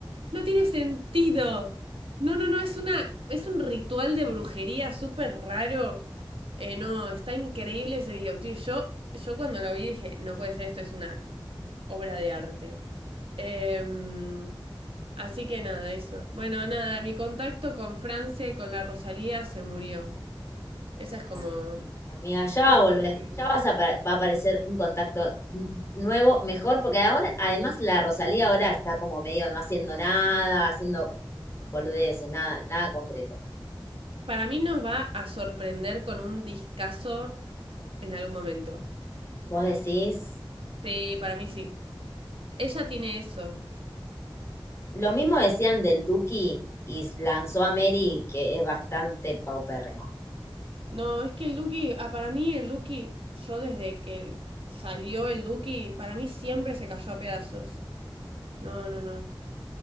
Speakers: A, on the right; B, on the left.
A: No tiene sentido. No, no, no, es una. es un ritual de brujería súper raro. Eh, no, está increíble ese videoclip. Yo, yo cuando lo vi dije, no puede ser, esto es una obra de arte. Em, así que nada, eso. Bueno, nada, mi contacto con Francia y con la Rosalía se murió. Esa es como...
B: No, Amiga, ya va
A: Eso
B: a volver,
A: fue terrible.
B: ya vas a apa- va a aparecer un contacto n- nuevo, mejor, porque ahora, además, la Rosalía ahora está como medio no haciendo nada, haciendo boludeces, nada, nada concreto.
A: Para mí nos va a sorprender con un discazo en algún momento.
B: Vos decís,
A: Sí, para mí sí. Ella tiene eso.
B: lo mismo decían del Duki y lanzó a Mary, que es bastante paupérrimo.
A: No, es que el Duki, ah, para mí el Duki, yo desde que salió el Duki, para mí siempre se cayó a pedazos. No, no, no.